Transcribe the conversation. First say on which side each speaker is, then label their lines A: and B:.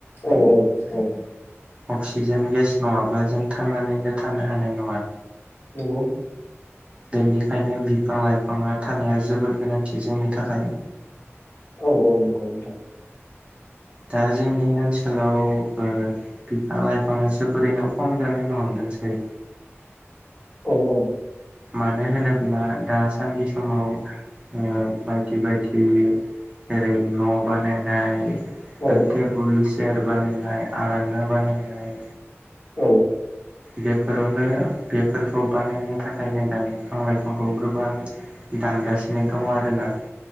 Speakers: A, on the left; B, on the right.
A: औ औ औ
B: अक्सिजेन गेस नङाब्ला जों थांनानैनो थानो हानाय नङा।
A: नंगौ
B: बेनिखायनो बिफां लाइफाङा थानाया जोबोद गोनांथि जोंनि थाखाय।
A: औ औ नंगौ नोंथां।
B: दा जोंनि ओनसोल <unintelligible> ओ बिफां लाइफाङा जोबोरैनो खम जालांनो हमदोंसै।
A: औ औ
B: मानो होनोब्ला दा सान्दि समाव ओ बायदि बायदि ओरै न' बानायनाय ओ
A: औ
B: टेबोल चेयार बानायनाय आरांगा बानायनाय।
A: औ
B: बेफोरावनो बेफोरखौ बानायनो थाखायनो दा बिफां लाइफांखौ गोबां दानगासिनो दङ आरोना।